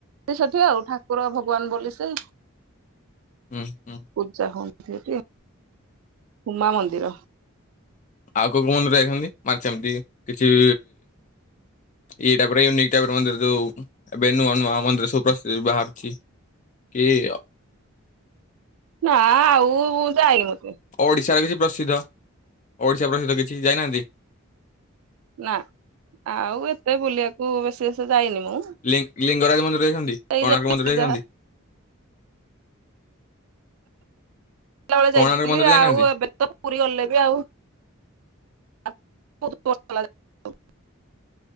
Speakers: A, on the right; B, on the left.
A: ସେଠି ଆଉ ଠାକୁର ଭଗବାନ ବୋଲି ସେ।
B: ହୁଁ, ହୁଁ।
A: ପୂଜା ହୁଅନ୍ତି ସେଠି। ଉମା ମନ୍ଦିର।
B: ଆଉ କୋଉ କୋଉ ମନ୍ଦରେ ଯାଇଛନ୍ତି? ମାର ଯେମିତି କିଛି ଇଏ ଟାଇପର ୟୁନିକ ଟାଇପର ମନ୍ଦିର ଯୋଉ ଏବେ ନୂଆ ନୂଆ ମନ୍ଦିର ସବୁ ପ୍ରସି ବାହାରୁଛି। କେ, ୟ
A: ନା ଆଉ ଯାଇନୁ କିଏ?
B: ଓଡ଼ିଶାର କିଛି ପ୍ରସିଦ୍ଧ ଓଡ଼ିଶା ପ୍ରସିଦ୍ଧ କିଛି ଯାଇନାହାନ୍ତି?
A: ନା ଆଉ ଏତେ ବୁଲିବାକୁ ବେଶୀ ବେଶୀ ଯାଇନି ମୁଁ।
B: ଲିଙ୍ଗ୍ ଲିଙ୍ଗରାଜ ମନ୍ଦିର ଯାଇଛନ୍ତି
A: ଏଇ
B: କୋଣାର୍କ ମନ୍ଦିର ଯାଇଛନ୍ତି?
A: ଯାହା ପିଲାବେଳେ
B: କୋଣାର୍କ
A: ଯାଇଥିଲି
B: ମନ୍ଦିର ଯାଇନାହାନ୍ତି?
A: ଆଉ ଏବେ ତ ପୁରୀ ଗଲେ ବି ଆଉ ସେ